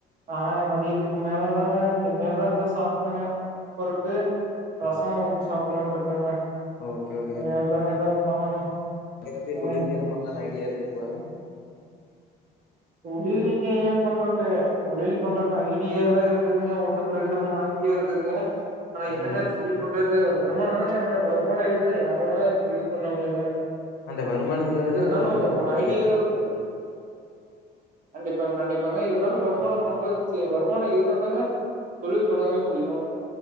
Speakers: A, on the right (about 50°); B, on the left (about 65°).
A: நா மதியத்துக்கு மேலதாங்க இனிமேல்தா எதோ சாப்புட்ணுங்க பருப்பு ரசோ ஊத்தி சாப்பட்லான்ட்ருக்கங்க
B: ஓக்கே ஓகேங்க
A: இனிமேதாங்க ஏதாவத் பண்ணணு
B: எதாச்சியு
A: ஆ
B: தொழில் கீது பண்லான் ஐடியா இருக்குங்களா
A: தொழில் எங்கேங்க பண்றது தொழில் பண்றதுக் ஐடியால்லா இருக்குதுங்க ஒன்னு ரெண்டு மூணு ஐடியா இருக்குதுங்க ஆனா என்னங்க
B: ம் ம்
A: தொழில் பண்றத் து வருமான தாங்க வேணு வருமான இருந்தா யார் வேணாலு தொழில் பண்லாமில்லங்க
B: அந்த வருமானத்துக்காக
A: இருந்தாலு
B: தாங்க தொழிலே பண்றது
A: ஐடியா <unintelligible> கண்டிப்பாங்க கண்டிப்பாங்க இருந்தாலு வருமானம்
B: ம்
A: பண்றது வருமானம் இருந்தால் தாங்க தொழில் தொடங்கவே முடியு